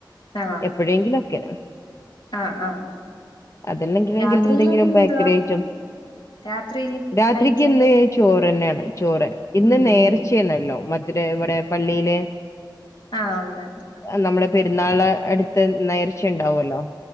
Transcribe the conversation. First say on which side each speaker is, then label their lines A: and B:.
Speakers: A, on the left; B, on the left.
A: ആഹ്
B: എപ്പോഴെങ്കിലും ഏക്കെ
A: ആഹ് ആഹ്
B: അതല്ലെങ്കിലെങ്ക
A: രാത്രിയില്
B: എന്തെങ്കിലും
A: ഇനി
B: ബക്കറിയറ്റംസ്
A: എന്തുവാ രാത്രിയില്
B: രാത്രിക്ക്
A: കഴിക്കാൻ
B: ഇന്ന് ചോറ് തന്നെയാണ് ചോറ് ഇന്ന്
A: ഉം
B: നേർച്ചയണല്ലോ
A: ഉം
B: മധുര ഇവിടെ പള്ളിയില്
A: ആഹ ഉണ്ട്ണ്ട്
B: നമ്മുടെ പെരുന്നാള അടുത്ത് നേർച്ച ഉണ്ടാവല്ലോ